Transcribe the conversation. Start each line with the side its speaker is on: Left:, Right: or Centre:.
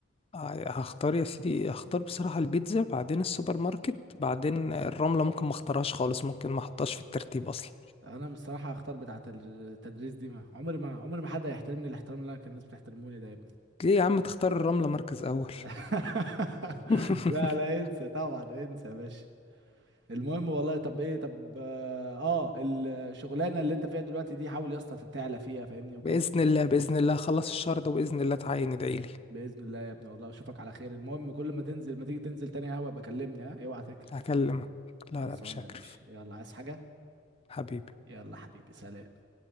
Left: آه، هختار يا سيدي هختار بصراحة البيتزا بعدين السوبر ماركت بعدين الرملة ممكن ما اختارهاش خالص ممكن ما احطهاش في الترتيب اصلا
Right: انا بصراحه هختار بتاعه التدريس دي ما عمري ما عمري ما حد هيحترمني الاحترام اللي انا كان الناس بتحترموني ده يا ابني
Left: ليه يا عم تختار الرملة مركز اول
Right: <laughs>
Left: <laughs>
Right: لا لا انسى طبعا انسى يا باشا المهم والله طب ايه طب اه آه، الشغلانه اللي انت فيها دلوقتي دي حاول يا اسطى تعلى فيها فاهمني وكده
Left: بإذن الله بإذن الله أخلص الشهر ده وبإذن الله تعين ادعيلي
Right: باذن الله يا ابني والله اشوفك على خير المهم كل ما تنزل ما تيجي تنزل تاني قهوه ابقى كلمني ها اوعى تكرف
Left: هكلمك لا
Right: خلصانة
Left: لا مش هكرف
Right: يا باشا يلا عايز حاجة
Left: حبيبي
Right: يلا حبيبي سلام